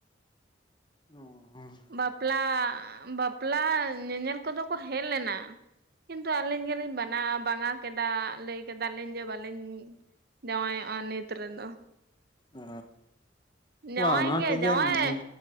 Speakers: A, on the left; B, on the right.
A: ᱚᱦᱚᱸ ᱻ
B: ᱵᱟᱯᱞᱟ ᱵᱟᱯᱞᱟ ᱧᱮᱧᱮᱞ ᱠᱚᱫᱚ ᱠᱚ ᱦᱮᱡ ᱞᱮᱱᱟ ᱠᱤᱱᱛᱩ ᱟᱹᱞᱤᱧ ᱜᱮᱞᱤᱧ ᱵᱟᱱᱟ ᱵᱟᱝᱟ ᱠᱮᱫᱟ ᱞᱟᱹᱭ ᱠᱮᱫᱟᱞᱤᱧ ᱡᱮ ᱵᱟᱹᱞᱤᱧ ᱡᱟᱶᱟᱭᱚᱜᱼᱟ ᱱᱤᱛ ᱨᱮᱫᱚ
A: ᱚ
B: ᱡᱟᱶᱟᱭ
A: ᱵᱟᱝ ᱚᱱᱟ ᱦᱚᱸ
B: ᱜᱮ
A: ᱴᱷᱤᱠ ᱜᱮᱭᱟ
B: ᱡᱟᱶᱟᱭ
A: ᱱᱤᱡ